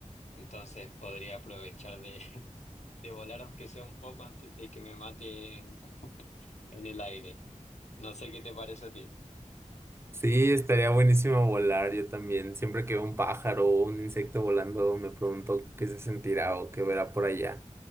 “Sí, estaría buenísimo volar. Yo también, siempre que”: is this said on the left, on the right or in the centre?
Right